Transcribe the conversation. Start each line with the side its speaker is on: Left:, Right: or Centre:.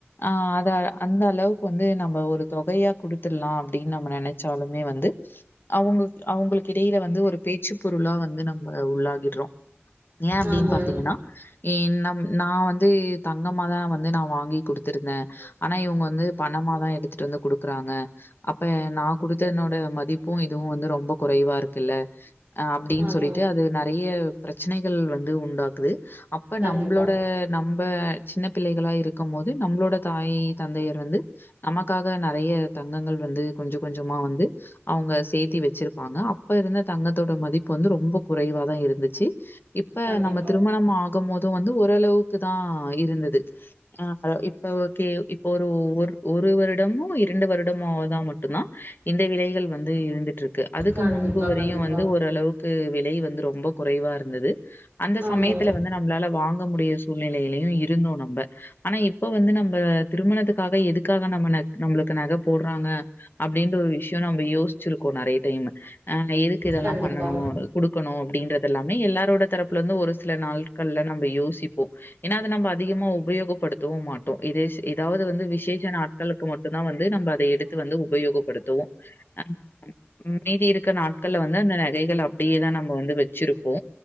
Left: ஆஹ் அத அந்த அளவுக்கு வந்து நம்ம ஒரு தொகையா குடுத்துட்லா அப்டின் நம்ம நெனச்சாலுமே வந்து அவுங் அவுங்களுக் இடையில வந்து ஒரு பேச்சு பொருளா வந்து நம்ம உள்ளாகிட்றோ ஏ அப்டின்
Right: ஆமாங்,
Left: பாத்திங்கனா ஏன் நம் நா வந்தூ தங்கமாதா வந்து நா வாங்கி குடுத்துருக் ந உங்க வந்து பணமாதா எடுத்துட்டு வந்து குடுக்குறாங்க அப்பே நா குடுத்தன்னோட மதிப்பூ இதுவு வந்து ரொம்பொ குறைவா இருக்குல்ல அ அப்டீன்
Right: ஆமா.
Left: சொல்லிட்டு அது நெறைய பிரச்சனைகள் வந்து உன் டாக்குது அப்ப
Right: கண்டிப்பா,
Left: நம்ளோட நம்ப சின்ன பிள்ளைகளா இருக்கம்மோது நம்ளோட தாய் தயர் வந்து நமக்காக நெறைய தங்கங்கள் வந்து கொஞ்சொ கொஞ்சமா வந்து அவுங்க சேத்தி வெச் சிருப்பாங்க அப்ப இருந்த தங்கத்தோட மதிப்பு வந்து ரொம்பொ குறைவாதா இருந்துச்சி இப்ப
Right: கண்டிப்பா,
Left: நம்ம திருமணம் ஆகமோதூ வந்து ஓரளவுக்குதா இருந்தது ஆ ஹ இப்ப ஒகே ஒரூ ஒர் ஒரு வருடமோ இரண்டு வருடமோ தா மட்டுந்தா இந்த விலைகள் வந்து இருந்துட்ருக்கு அதுக்கு
Right: கண்டிப்பா,
Left: முன்பு வரையூ
Right: கண்டிப்பா.
Left: வந்து ஓரளவுக்கு விலை வந்து ரொம்பொ குறைவா இருந்தது அந்த
Right: ஆமா,
Left: சமயத்துல வந்து நம்ளால வாங்க முடிய சூழ்நிலையிலயு இருந்தோ நம்ப ஆனா இப்பொ வந்து நம்ப உம்மணத்துக்காக எதுக்காக நம்ம நக் நம்ளுக்கு நக போட்றாங்க அப்டின்ற ஒரு விஷ்யோ நம்ம யோஸ்ச் சிருக்கோ நெறைய டைம்மூ நாங்க எதுக்கு இதெல்லா
Right: கண்டிப்பா.
Left: பண்ணணூ குடுக்கணூ அப்டின்றதெல்லாமே எல்லா ரோட தரப்புலந்து ஒரு சில நாள்கள்ல நம்ம யோசிப்போ ஏனா அது நம்ம அதிகமா உபயோகப்படுத்தவு மாட்டோ இதே எதாவது வந்து விஷேச்ச நாட்களுக்கு மட்டுதா வந்து நம்ப அத எடுத்து வந்து உபயோகப்படுத்துவோ ஆஹ் ம் மீதி இருக்க நாட்கள்ல வந்து அந்த நகைகள் அப்டியேதா நம்ம வந்து வெச்சிருப்போ